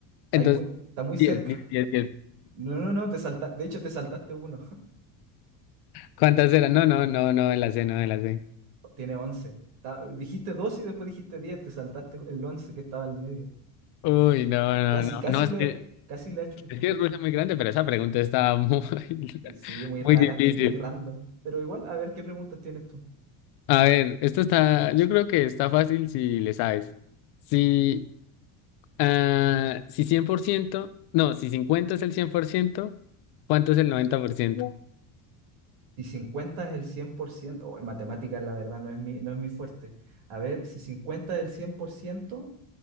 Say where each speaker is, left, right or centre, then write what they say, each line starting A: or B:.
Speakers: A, on the left; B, on the right.
A: entonces
B: ahí muy, está muy cerca.
A: 10, 10, 10. 10.
B: No, no, no, te salta, de hecho te saltaste uno.
A: ¿Cuántas eran? No, no, no, no, de la C, no, de la C.
B: Tiene once Ta- dijiste 12 y después dijiste diez te saltaste el 11 que estaba al medio.
A: Uy, no, no,
B: Casi,
A: no,
B: casi
A: no, es
B: le,
A: que,
B: casi le achunta.
A: es que Rusia es muy grande, pero esa pregunta estaba muy, <laughs>
B: Eh, Sí, muy
A: muy
B: rara,
A: difícil.
B: muy random. Pero igual, a ver qué preguntas tienes tú.
A: A ver, esto está, yo creo que está fácil si le sabes. Si, ah, si 100%, no, si 50 es el 100%, ¿cuánto es el 90%?
B: Si 50 es el cien por ciento oh, en matemáticas la verdad no es mi, no es mi fuerte. A ver, si 50 es el cien por ciento